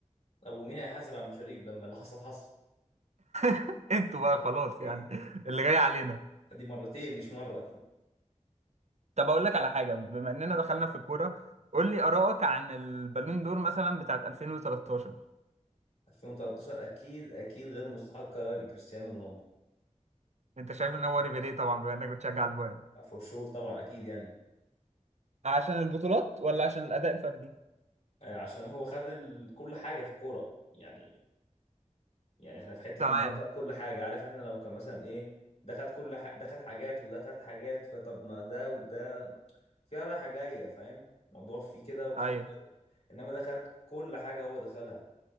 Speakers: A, on the left (about 55°); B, on the right (about 60°).
A: طب ومين هيحاسب على المشاريب لما اللي حصل حصل
B: <laughs> انتوا بقى خلاص يعني
A: <laughs>
B: اللي جاي علينا
A: دي مرتين مش مره <laughs>
B: طب اقول لك على حاجة بما اننا دخلنا في الكورة قول لي آرائك عن البالون دور مثلا بتاعت 2013
A: 2013 اكيد اكيد غير مستحقه لكريستيانو رونالدو
B: انت شايف ان هو ريبيري طبعا بما انك بتشجع البايرن
A: فور شور طبعا اكيد يعني
B: عشان البطولات ولا عشان الأداء الفردي؟
A: آه، عشان هو خد ال... كل حاجه في الكوره يعني يعني احنا في حته
B: تمام
A: ان هو خد كل حاجه عارف احنا لو كان مثلا ايه ده خد كل ح... ده خد حاجات وده خد حاجات فطب ما ده وده فيها رايحه جايه فاهم الموضوع فيه كده وفيه
B: ايوه
A: كده انما ده خد كل حاجه هو دخلها